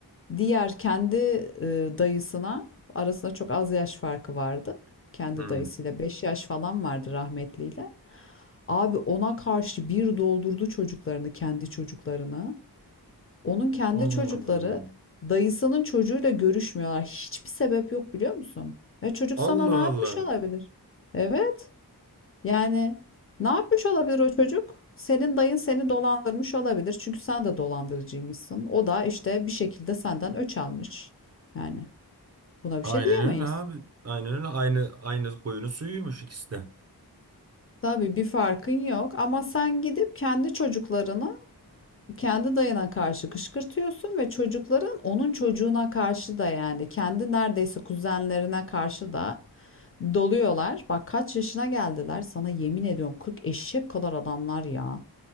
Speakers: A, on the left; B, on the right.
A: diğer kendi e, dayısına arasında çok az yaş farkı vardı. Kendi
B: Hı.
A: dayısıyla 5 yaş falan vardı rahmetliyle. Abi ona karşı bir doldurdu çocuklarını, kendi çocuklarını. Onun kendi
B: Allah'ım.
A: çocukları dayısının çocuğuyla görüşmüyorlar. Hiçbir sebep yok biliyor musun? Ya çocuk
B: Allah
A: sana ne
B: Allah.
A: yapmış
B: Allah.
A: olabilir? Evet. Yani ne yapmış olabilir o çocuk? Senin dayın seni dolandırmış olabilir. Çünkü sen de dolandırıcıymışsın. O da işte bir şekilde senden öç almış. Yani buna bir
B: Aynen
A: şey diyemeyiz.
B: öyle abi. Aynen öyle. Aynı aynı koyunun suyuymuş ikisi de.
A: Tabii bir farkın yok ama sen gidip kendi çocuklarını kendi dayına karşı kışkırtıyorsun ve çocukların onun çocuğuna karşı da yani kendi neredeyse kuzenlerine karşı da doluyorlar. Bak kaç yaşına geldiler sana yemin ediyorum 40 eşek kadar adamlar ya.